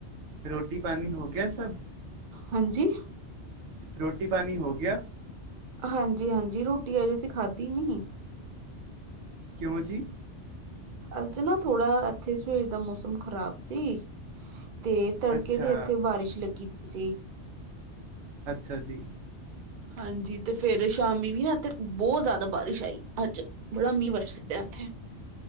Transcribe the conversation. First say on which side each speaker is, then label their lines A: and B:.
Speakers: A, on the right; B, on the right.
A: ਰੋਟੀ ਪਾਨਣੀ ਹੋ ਗਿਆ ਸਭ
B: ਹਾਂਜੀ
A: ਰੋਟੀ ਪਣੀ ਹੋ ਗਿਆ।
B: ਹਾਂਜੀ ਹਾਂਜੀ ਰੋਟੀ ਅਜ ਅਸੀਂ ਖਾਧੀ ਨੀ।
A: ਕਿਉਂ ਜੀ
B: ਅੱਜ ਨਾ ਥੋੜਾ ਇੱਥੇ ਸਵੇਰ ਦਾ ਮੌਸਮ ਖ਼ਰਾਬ ਸੀ। ਤੇ ਤੜਕੇ
A: ਅੱਛਾ,
B: ਦੀ ਹੱਥੇ ਬਾਰਿਸ਼ ਲੱਗੀ ਸੀ।
A: ਅੱਛਾ ਜੀ
B: ਹਾਂਜੀ ਤੇ ਫੇਰ ਸ਼ਾਮੀ ਵੀ ਨਾ ਇੱਥੇ ਬਹੁਤ ਜ਼ਿਆਦਾ ਬਾਰਿਸ਼ ਆਈ ਅੱਜ ਬੜਾ ਮੀਂਹ ਵਰ ਆਥੇ